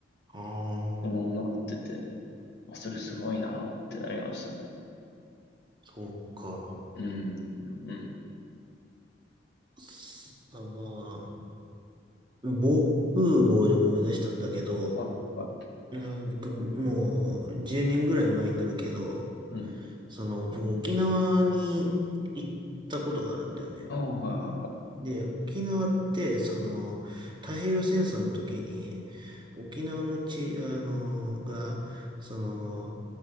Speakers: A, on the right (about 25°); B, on the left (about 60°).
A: ああ。
B: そのまま残ってて、あそれすごいなってなりましたね。
A: そうか。
B: うん、うん。
A: すあ、まあ、防空壕で思い出したんだけど、
B: はいはいはい。
A: うん僕、もう10年ぐらい前になるけど、
B: うん。
A: その、僕、沖縄に行ったことがあるんだよね。
B: ああ、はいはいはい。
A: で、沖縄って、その、太平洋戦争の時に、沖縄の地、あの、が、その、